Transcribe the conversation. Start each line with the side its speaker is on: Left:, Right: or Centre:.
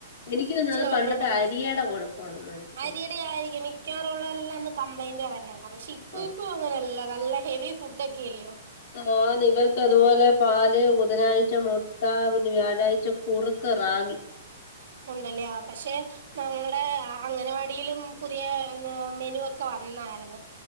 Left: എനിക്ക് തോന്നുന്നു
Right: ചോറിന്റെ
Left: അത് പണ്ടത്തെ
Right: കൂടെ മി
Left: അരിയയുടെ കുഴപ്പമാണെന്നാ എനിക്ക് തോന്നുന്നു
Right: അരിയുടെ ആയിരിക്കും മി- മിക്കാറുള്ളവരല്ലം അന്ന് കംപ്ലയിന്റ് പറയുന്നേക്കാം പക്ഷെ ഇപ്പൊ
Left: ആഹ്
Right: ഇപ്പൊ അങ്ങനെയല്ല നല്ല ഹെവി ഫുഡ് ഒക്കെ അല്ലയോ
Left: ആന് ഇവർക്ക് അതുപോലെ പാല് ബുധനാഴ്- ച്ച മുട്ട പിന്നെ വ്യാഴാഴ്ച കുറുക്ക് റാഗി
Right: ഉണ്ടല്ലേ പക്ഷെ നമ്മുടെ അംഗനവാടി - അടിയിലും പുതിയ മെനു ഒക്കെ വന്നായിരുന്നു